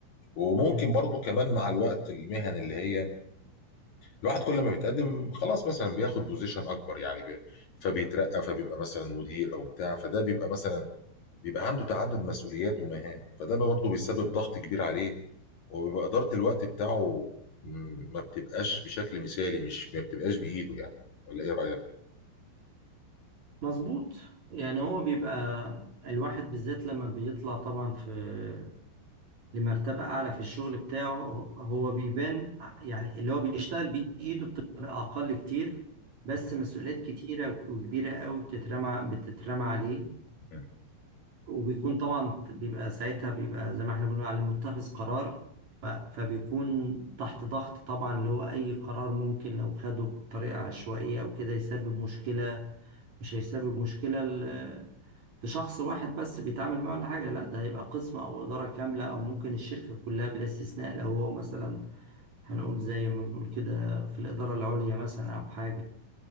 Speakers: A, on the left; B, on the right.
A: وممكن
B: يعني.
A: برضو كمان مع الوقت المهن اللي هي الواحد كل ما بيتقدم خلاص مثلا بياخد بوزيشن اكبر يعني بي... فبيترقى فبيبقى مثلا مدير او بتاع فده بيبقى مثلا بيبقى عنده تعدد مسؤوليات ومهام فده برضه بيسبب ضغط كبير عليه وبيبقى اداره الوقت بتاعه م، ما بتبقاش بشكل مثالي مش ما بتبقاش بايده يعني ولا ايه رايك؟
B: مظبوط يعني هو بيبقى الواحد بالذات لما بيطلع طبعا في لمرتبة أعلى في الشغل بتاعه هو بيبان يعني اللي هو بيشتغل بإيده بتبقى أقل كتير بس
A: <laughs>
B: مسؤوليات كتيرة وكبيرة أوي بتترمى بتترمى عليه
A: مم.
B: وبيكون طبعا بيبقى ساعتها بيبقى زي ما احنا بنقول عليه متخذ قرار ف- فبيكون تحت ضغط طبعا اللي هو أي قرار ممكن لو خده بطريقة عشوائية أو كده يسبب مشكلة مش هيسبب مشكلة ل- لشخص واحد بس بيتعامل معه ولا حاجة لا ده هيبقى قسم أو إدارة كاملة أو ممكن الشركة كلها بلا استثناء لو هو مثلا هنقول زي ما بنقول كده في الإدارة العليا مثلا أو حاجة